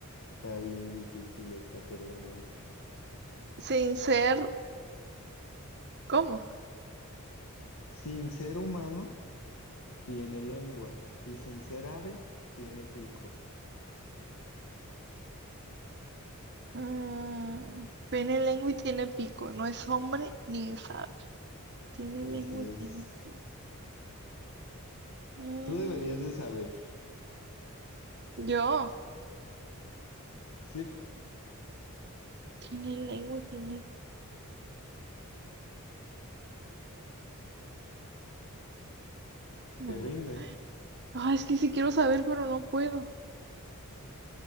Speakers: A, on the left; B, on the right.
A: Está bien difícil esta, perdóname.
B: Sin ser. ¿Cómo?
A: Sin ser humano, tiene lengua y sin ser ave, tiene pico.
B: Mm, tiene lengua y tiene pico. No es hombre ni es ave. Tiene
A: Así
B: lengua
A: es.
B: y tiene pico. Mm,
A: Tú deberías de saber.
B: yo.
A: Sí,
B: Tiene lengua y tiene... No.
A: te rindes.
B: Ah, es que sí quiero saber, pero no puedo.